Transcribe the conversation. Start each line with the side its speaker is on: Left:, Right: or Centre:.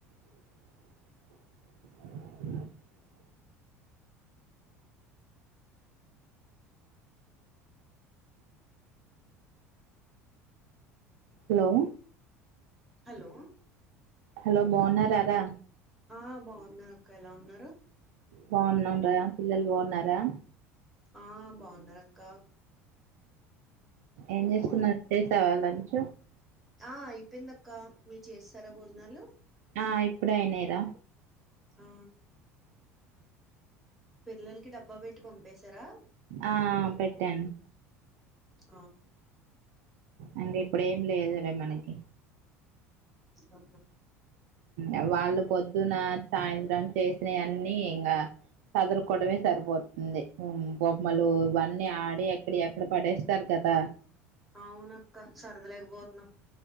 Right: <inaudible> Hello
Centre: hello
Right: hello బాన్నారా రా
Centre: ఆ బాగున్నా అక్క ఎలా ఉన్నారు
Right: బాన్నాను రా పిల్లలు బాన్నారా
Centre: ఆ బాగున్నారు అక్క
Right: ఏం చేస్తున్నారు
Centre: భోజ
Right: చేసావా లంచ్
Centre: ఆ అయిపోయింది అక్క మీరు చేస్తారా భోజనాలు
Right: ఆ ఇప్పుడే అయినాయి రా
Centre: ఆ పిల్లలకి డబ్బా పెట్టి పంపేశారా
Right: ఆ పెట్టాను
Centre: ఆ
Right: అంటే ఇప్పుడు ఏం లేదు రే మనకి
Centre: ఆ
Right: ఆ వాళ్ళు పొద్దున సాయంత్రం చేసినవన్నీ ఇంకా సర్దుకోవడం సరిపోతుంది బొమ్మలు ఇవన్నీ ఆడి ఎక్కడ ఎక్కడ పడేస్తారు కదా దా
Centre: అవునక్కా సరదా లేకపోతున్నాం